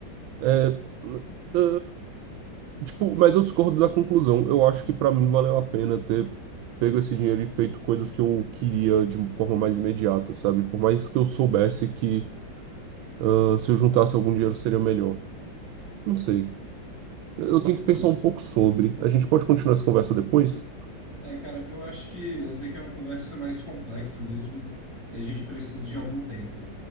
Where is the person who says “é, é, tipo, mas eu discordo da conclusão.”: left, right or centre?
Right